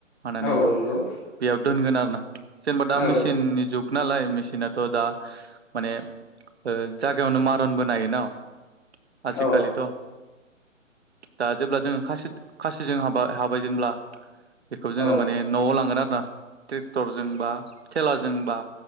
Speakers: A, on the right; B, in the centre.
A: मानानै
B: औ नंगौ
A: बेयाव दोनगोन आरो ना। जेनबा दा
B: औ
A: मेसिननि जुग नालाय मेसिनाथ' दा माने ओ जायागायावनो मारनबो नायो ना। आजिखालिथ'
B: औ
A: दा जेब्ला जोङो खासे खासिजों हाबाय हाबाय जेनब्ला बेखौ जोङो
B: औ
A: माने न'आव लांगोन आरो ना। ट्रेक्टरजोंबा खेलाजोंबा